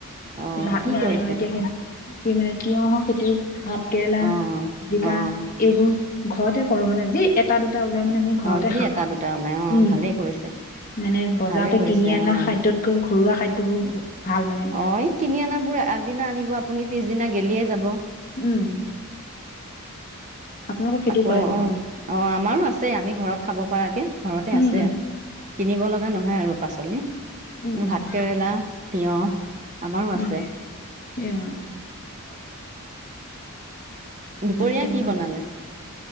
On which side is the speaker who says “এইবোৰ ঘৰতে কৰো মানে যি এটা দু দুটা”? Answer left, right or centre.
Left